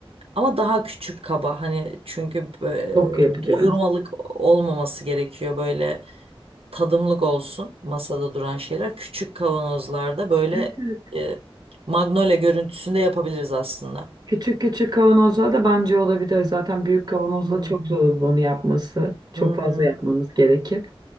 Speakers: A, on the right (about 80°); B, on the right (about 45°).
A: Ama daha küçük kaba hani çünkü e,
B: Çok yapacağız.
A: doyurmalık olmaması gerekiyor böyle tadımlık olsun masada duran şeyler. Küçük kavanozlarda böyle
B: Evet, evet.
A: e, Magnolia görüntüsünde yapabiliriz aslında.
B: Küçük küçük kavanozlar da bence olabilir. Zaten büyük kavanozla
A: Hmm.
B: çok zor olur onu yapması. Çok
A: Hı hı.
B: fazla yapmamız gerekir.